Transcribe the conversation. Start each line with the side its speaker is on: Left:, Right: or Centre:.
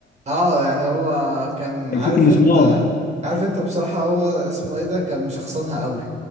Right: اه يعني هو كان
Left: كان
Right: عارف
Left: بيفك المسمار
Right: انت عارف انت بصراحة هو اسمه ايه ده كان مشخصنها قوي